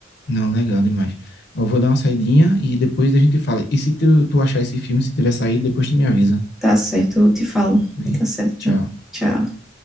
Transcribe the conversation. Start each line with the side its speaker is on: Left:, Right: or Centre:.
Left: Não, legal demais. Eu vou dar uma saidinha e depois a gente fala. E se tu, tu achar esse filme, se tiver saído, depois tu me avisa.
Centre: Tá certo, eu te falo.
Left: Vi?
Centre: Tá certo.
Left: Tchau.
Centre: Tchau.